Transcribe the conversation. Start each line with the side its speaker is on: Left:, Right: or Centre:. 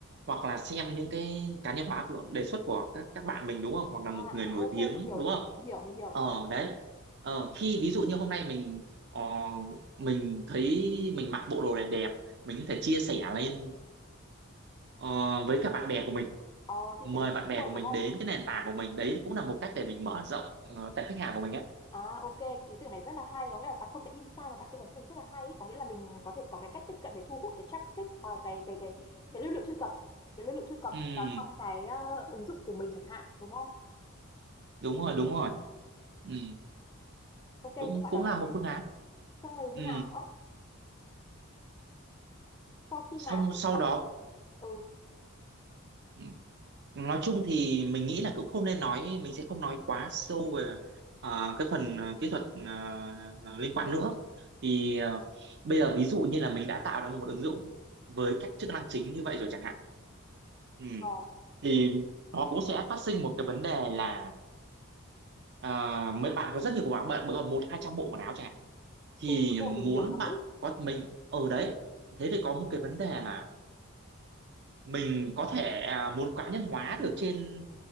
Right: hoặc là xem những cái cá nhân hóa của đề xuất của các các bạn mình đúng không hoặc là một
Left: à, à
Right: người nổi
Left: ok
Right: tiếng
Left: mình hiểu
Right: đúng không
Left: mình hiểu mình hiểu
Right: ờ đấy ờ, khi ví dụ như hôm nay mình ờ, mình thấy mình mặc bộ đồ này đẹp mình có thể chia sẻ lên ờ, với cả bạn bè của mình
Left: ờ, chia
Right: mời
Left: sẻ lên Facebook
Right: bạn bè
Left: luôn
Right: của
Left: đúng
Right: mình
Left: không
Right: đến cái nền tảng của mình đấy cũng là một cách để mình mở rộng ờ, tệp khách hàng của mình ấy
Left: À ok, cái ý tưởng này rất là hay, có nghĩa là à, không cái insight mà bạn tư vấn cho mình rất là hay, ấy. có nghĩa là mình có thể có cái cách tiếp cận để thu hút cái traffic và cái cái cái cái lưu lượng truy cập, cái lưu lượng truy cập
Right: ừ,
Left: vào trong cái ờ, ứng dụng của mình chẳng hạn, đúng không?
Right: đúng rồi đúng rồi ừ,
Left: Ok, xong
Right: cũng
Left: bạn
Right: cũng
Left: nói
Right: là
Left: tiếp
Right: một
Left: đi.
Right: phương án
Left: Xong rồi như
Right: ừ.
Left: nào nữa? Sau khi
Right: xong
Left: mà mình
Right: sau
Left: đã
Right: đó
Left: ừ,
Right: Ừ. nói chung thì mình nghĩ là cũng không nên nói mình sẽ không nói quá sâu về ờ, cái phần ờ, kỹ thuật ờ, liên quan nữa thì ờ, bây giờ ví dụ như là mình đã tạo ra một ứng dụng với các chức năng chính như vậy rồi chẳng hạn ừ.
Left: ờ,
Right: thì nó cũng sẽ phát sinh một cái vấn đề là ờ, mấy bạn có rất nhiều bộ áo bạn có một hai trăm bộ quần áo chẳng hạn thì
Left: ừ đúng rồi,
Right: muốn
Left: mình nhiều lắm
Right: bạn
Left: ấy.
Right: có mình ở đấy thế thì có một cái vấn đề là mình có thể à, muốn cá nhân hóa được trên